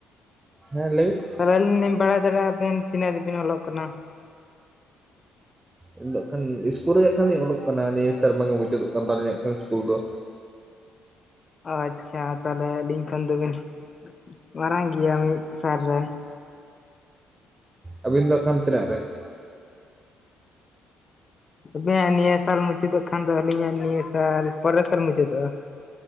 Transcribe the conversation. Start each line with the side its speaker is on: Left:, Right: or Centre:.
Right: ᱦᱮᱸ ᱞᱟᱹᱭ ᱵᱤᱱ᱾
Left: ᱛᱟᱦᱚᱞᱮ ᱟᱹᱞᱤᱸᱧ ᱞᱤᱸᱧ ᱵᱟᱲᱟᱭ ᱫᱟᱲᱮᱭᱟᱜᱼᱟ ᱵᱤᱱ ᱛᱤᱱᱟᱹᱜ ᱨᱮᱵᱤᱸᱱ ᱚᱞᱚᱜ ᱠᱟᱱᱟ?
Right: ᱤᱧᱹᱜ ᱠᱷᱟᱱ ᱥᱠᱩᱞ ᱨᱮᱜᱟᱸ ᱠᱷᱟᱱ ᱞᱤᱧ ᱚᱞᱚᱜ ᱠᱟᱱᱟ ᱱᱤᱭᱟᱹ ᱥᱮᱨᱢᱟ ᱜᱮ ᱢᱩᱪᱟᱹᱫᱳᱜ ᱠᱟᱱ ᱛᱟᱞᱤᱧᱟ ᱦᱟᱜ ᱠᱷᱟᱱ ᱥᱠᱩᱞ ᱫᱚ᱾
Left: ᱟᱪᱪᱷᱟ ᱛᱟᱦᱚᱞᱮ ᱟᱹᱞᱤᱸᱧ ᱠᱷᱚᱱ ᱫᱚᱵᱤᱱ ᱢᱟᱨᱟᱝ ᱜᱮᱭᱟ ᱢᱤᱫ ᱥᱟᱨ ᱨᱮᱱ᱾
Right: ᱟᱹᱵᱤᱱ ᱫᱚ ᱠᱟᱱ ᱛᱤᱱᱟᱹᱜ ᱨᱮ? <inaudible>
Left: ᱟᱵᱮᱱᱟᱜ ᱱᱤᱭᱟᱹ ᱥᱟᱞ ᱢᱩᱪᱟᱹᱫᱚᱜ ᱠᱷᱟᱱ ᱫᱚ ᱟᱹᱞᱤᱸᱧᱟᱜ ᱱᱤᱭᱟᱹ ᱥᱟᱞ ᱯᱚᱨᱮᱨ ᱥᱟᱞ ᱢᱩᱪᱟᱹᱫᱚᱜᱼᱟ᱾